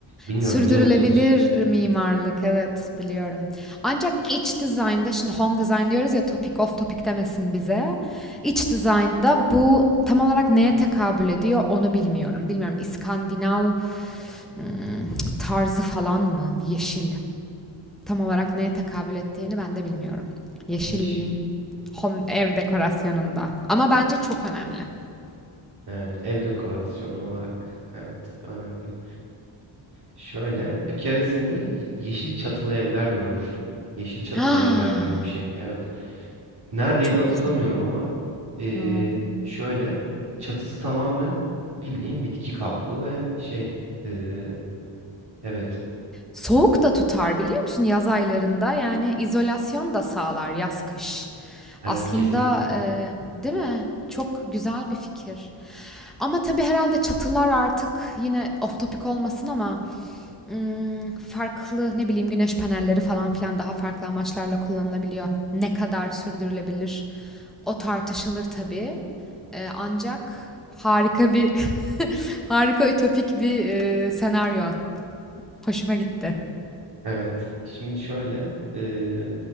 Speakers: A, on the right; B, in the centre.
A: Bilmiyorum
B: Sürdürülebilir
A: biliyor musun hiç?
B: mimarlık evet biliyorum. Ancak iç dizaynda şimdi home design diyoruz ya topic of topic demesin bize. İç dizaynda bu tam olarak neye tekabül ediyor onu bilmiyorum. Bilmiyorum İskandinav hmm, tarzı falan mı? Yeşil. Tam olarak neye tekabül ettiğini ben de bilmiyorum. Yeşilliğin
A: Yeşil.
B: home ev dekorasyonunda. Ama bence çok önemli. <gasps>
A: Evet, ev dekorasyonu olarak. Evet, önemli. Şöyle, bir keresinde y- yeşil çatılı evler görmüştüm. Yeşil çatılı
B: Ah,
A: evler gibi bir şey. Evet. Neredeydi
B: çok
A: hatırlamıyorum
B: güzel.
A: ama eee,
B: Wow.
A: şöyle çatısı tamamen bildiğin bitki kaplı ve şey eee, evet.
B: Soğuk da tutar biliyor musun yaz aylarında? Yani izolasyon da sağlar yaz kış.
A: Evet
B: Aslında
A: kesinlikle.
B: e, değil mi? Çok güzel bir fikir. Ama tabii herhalde çatılar artık yine off topic olmasın ama mm, farklı ne bileyim güneş panelleri falan filan daha farklı amaçlarla kullanılabiliyor. Ne kadar sürdürülebilir? O tartışılır tabii. E, ancak harika bir <laughs> harika ütopik bir e, senaryo. Hoşuma gitti.
A: Evet. Şimdi şöyle eee,